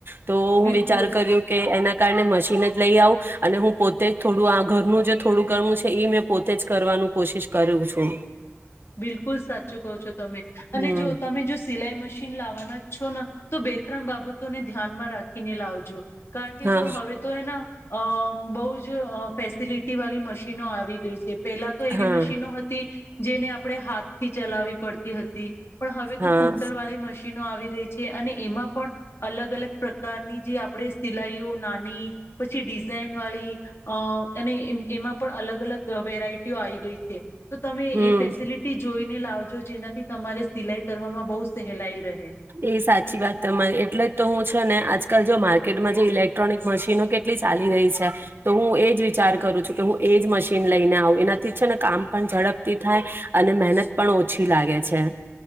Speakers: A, on the right; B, on the left.
A: તો હું
B: બિલકુલ
A: વિચાર કર્યું કે એના કારણે મશીન જ લઈ આવું અને હું પોતે જ થોડું આ ઘરનું જે થોડું કરવું છે મેં પોતે જ કરવાનું કોશિશ કર્યું છું.
B: બિલકુલ સાચું કહો છો તમે અને
A: હમ
B: જો તમે જો સિલાઈ મશીન <unintelligible> લાવવાના જ છો ને તો બે ત્રણ બાબતોને ધ્યાનમાં રાખીને લાવજો. કારણ કે
A: હા
B: જો હવે તો એના. અ બઉ જ ફેસિલિટી વાલી મશીનો આવી ગઈ છે. પેલા તો એવી
A: હા
B: મશીનો હતી. જેને આપ. આપડે હાથથી ચલાવી પડતી હતી. પણ હવે
A: હા
B: તો ફૂટર વાળી મશીનો આવી ગઈ છે. છે અને એમાં પણ અલગ અલગ પ્રકારની જે આપ આપડે સિલાઈઓ નાની. પછી ડીઝ. ઝેન વાલી અ.... અને એમ એમાં પણ અલગ અલગ અ વેરાઈટીઓ આઈ ગઈ છે. તો તમે
A: હમ
B: એ ફેસ એ જોઈને લાવજો જેનાથી તમારે સિલાઈ કરવામાં બહુ સહેલાઈ રહે.
A: એ સાચી વાત તમા એટલે જ તો હું છે ને આજ આજકાલ જો માર્કેટમાં જે ઇલેક્ટ્રોનિક મશીનો કેટલી ચાલી રઈ છે તો ઉ એજ વિચાર કરું છું કે હું એજ મશીન લઈને આવું એનાથી છે ને કામ પણ ઝડપથી થાય અને મહેનત પણ ઓછી લાગે છે.